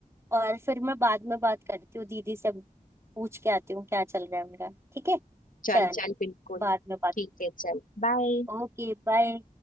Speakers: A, on the right; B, on the left.
A: और फिर मैं बाद में बात करती हूँ दीदी से पूछ के आती हूँ क्या चल रहा है उनका ठीक है
B: चल
A: चल
B: चल बिल्कुल
A: बाद में बात
B: ठीक
A: करते
B: है चल बाय
A: हैं Okay bye